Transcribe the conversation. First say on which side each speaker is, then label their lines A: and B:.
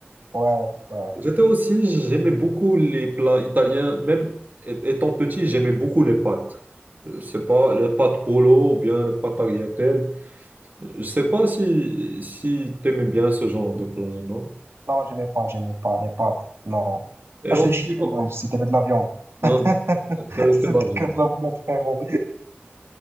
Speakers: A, on the right; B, on the right.
A: ouais, ouais.
B: J'étais aussi, j'aimais beaucoup les plats italiens. Même é- étant petit, j'aimais beaucoup les pâtes. Euh, Je sais pas, les pâtes polo ou bien les pâtes tagliatelles. Je sais pas si, si tu aimes bien ce genre de plat, non?
A: Non, j'aimais pas, j'aimais pas les pâtes. Non.
B: Et
A: Ah,
B: en
A: je te
B: ce
A: disais,
B: qui con-
A: moi, c'était de la viande.
B: non,
A: <laughs>
B: que-
A: C'était
B: que l'Algérie.
A: que de la viande, frérot.